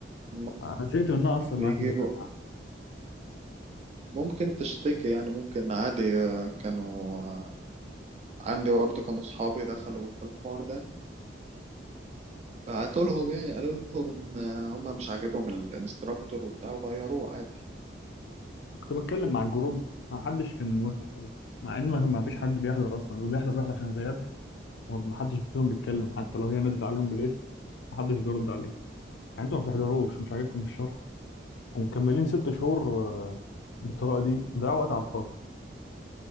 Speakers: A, on the right; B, on the left.
A: م-
B: انا زهقت منها اصلا
A: بيجيبوا
B: ما عدتش أتابعها.
A: ممكن تشتكي يعني ممكن عادي آه، كانوا آه، عندي برضو كانوا صحابي دخلوا في الحوار ده بعتوا لهم يعني قالوا لهم ان هم مش عاجبهم الانستراكتور وبتاع وغيروه عادي
B: كنت بتكلم مع الجروب ما حدش كان موافق خالص مع ان ما ما فيش حد بيحضر اصلا اللي بيحضر بيحضر عشان غياب وما حدش فيهم بيتكلم حتى لو هي نادت عليهم بالاسم ما حدش بيرد عليه يعني انتوا ما بتحضروش ومش عاجبكم الشرح ومكملين ست شهور آه، بالطريقه دي ضيعوا وقت على الفاضي